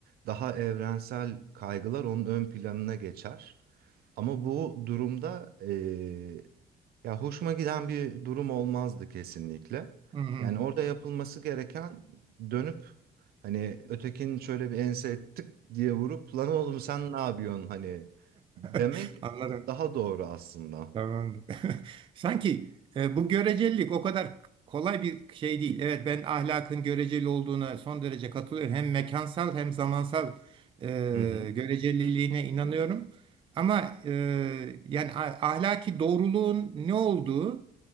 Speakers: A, on the right (about 65°); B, on the right (about 30°).
A: daha evrensel kaygılar onun ön planına geçer. Ama bu durumda eee, ya hoşuma giden bir durum olmazdı kesinlikle.
B: Hı hı.
A: Yani orada yapılması gereken dönüp hani ötekinin şöyle bir ense tık diye vurup lan oğlum sen ne yapıyorsun hani demek
B: <laughs> Anladım.
A: daha doğru aslında.
B: Tamam. Sanki e, bu görecelilik o kadar kolay bir şey değil. Evet ben ahlakın göreceli olduğuna son derece katılıyorum. Hem mekansal hem zamansal e,
A: Hı hı.
B: göreceliliğine inanıyorum. Ama e, yani a- ahlaki doğruluğun ne olduğu